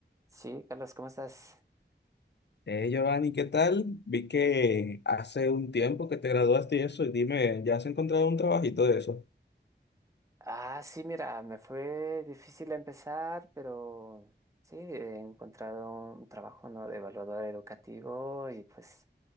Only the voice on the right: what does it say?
Sí, Carlos, ¿cómo estás?
Ah, sí, mira, me fue difícil empezar, pero sí, he encontrado un trabajo, ¿no? de evaluador educativo y pues